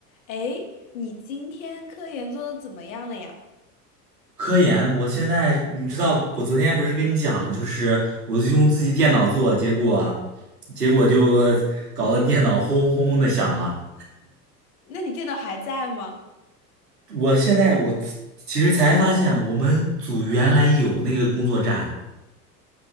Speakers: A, on the left; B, on the right.
A: 诶，你今天科研做的怎么样了呀？
B: 科研，我现在你知道，我昨天不是跟你讲，就是我就用自己电脑做，结果结果就搞得电脑轰轰轰的响嘛。
A: 那你电脑还在吗？
B: 我现在我其实才发现，我们组原来有那个工作站，